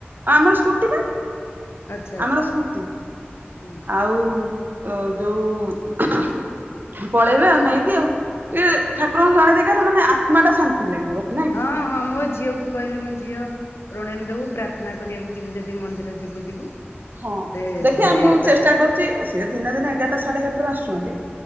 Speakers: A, on the right; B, on the left.
A: ଆମର ସ୍କୁଟି ପା
B: ଆଚ୍ଛା ଆଚ୍ଛା
A: ଆମର ସ୍କୁଟି।
B: ହୁଁ ହୁଁ
A: ଆଉ ଓ ଯୋଉ ପଳେଇବେ ଆଉ ନେଇକି ଆଉ ଟିକେ ଠାକୁରଙ୍କୁ
B: ଆଚ୍ଛା ଆଚ୍ଛା
A: ଜଣେଇ ଦେଇ ନା ମାନେ ଆତ୍ମା ଟା ଶାନ୍ତି ଲାଗିବ। ନାଇଁ
B: ହଁ
A: କି?
B: ହଁ ମୋ ଝିଅକୁ କହିଲି ମୋ ଝିଅ ପ୍ରଣାମି ଦବୁ ପ୍ରାର୍ଥନା କରିବାକୁ ଯିବୁ ଯଦି ମନ୍ଦିର ଯିବୁ ଯିବୁ।
A: ହଁ
B: ନହେଲେ
A: ଦେଖିଆ
B: ଘରେ
A: ମୁଁ
B: ପ୍ରାର୍ଥନା
A: ଚେଷ୍ଟା କରୁଚି
B: କରିବ ସେ
A: ଦିନରେ ଏଗାରଟା ସାଢେ ଏଗାରଟା ଆସୁଚନ୍ତି
B: ହୁଁ।